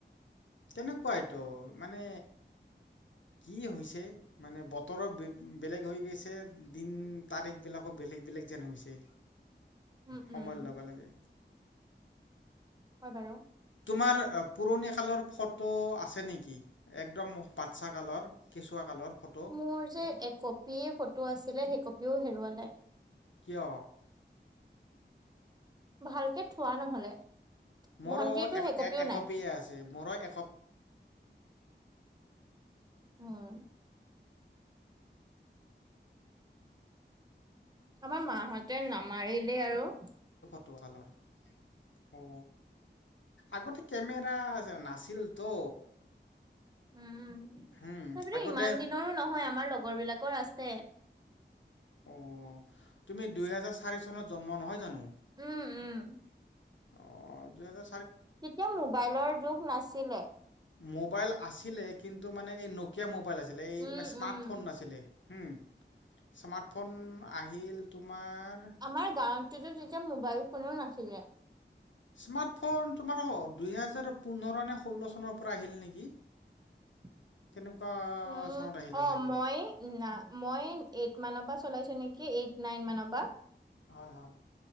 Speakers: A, on the left (about 85°); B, on the right (about 20°).
A: তেনেকুৱাইতো, মানে কি হৈছে মানে বতৰৰ বেলেগ হৈ গৈছে, দিন তাৰিখ বিলাকৰ বেলেগ বেলেগ যেন হৈছে,
B: উম
A: সময়ৰ
B: উম
A: লগে লগে
B: হয় বাৰু,
A: তোমাৰ পুৰণি কালৰ ফটো আছে নেকি একদম বাচ্ছা কালৰ কেঁচুৱা কালৰ ফটো
B: মোৰ যে একপিয় ফটো আছিলে সেই কপিও হেৰুৱালে,
A: কিয়?
B: ভালকে থোৱা নহলে,
A: মোৰো
B: ভন্টিৰতো
A: এক
B: সেইকপিও নাই
A: কপিয়ে আছে মোৰো একপি
B: উম আমাৰ মাহঁতে নামাৰিলে আৰু,
A: ফটকালৰ, অ আগতে কেমেৰা নাছিলতো,
B: উম তথাপিতো
A: হুম, আগতে
B: ইমান দিনৰো নহয় আমাৰ লগৰ বিলাকৰ আছে,
A: অ তুমি দুইহেজাৰ চাৰি চনত জন্ম নহয় জানো?
B: উম উম
A: অজটা
B: তেতিয়া মোবাইলৰ যুগ নাছিলে,
A: মোবাইল আছিলে কিন্তু মানে এই নকিয়া মোবাইল আছিলে এই
B: উম
A: স্মাৰ্টফোন
B: উম
A: নাছিলে। উ স্মাৰ্ট ফোন আহিল। তোমাৰ
B: আমাৰ গাঁৱততো তেতিয়া মোবাইল ফোনো নাছিলে।
A: স্মাৰ্টফোন তোমাৰ দুই হেজাৰ পোন্ধৰ নে ষোল্ল চনৰ পৰা আহিল নেকি?
B: <unintelligible>
A: তেনেকুৱা
B: উম
A: চনত আহিলে
B: অ
A: চাগে
B: মই ন মই এইট মানৰ পৰা চলাইসো নেকি এইট নাইন মানৰ পৰা।
A: হয় হয়